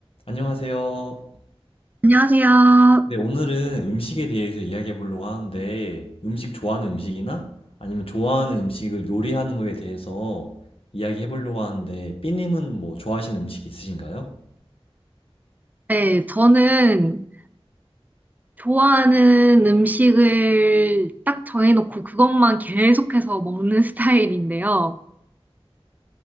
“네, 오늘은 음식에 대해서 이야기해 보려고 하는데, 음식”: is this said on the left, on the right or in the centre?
Left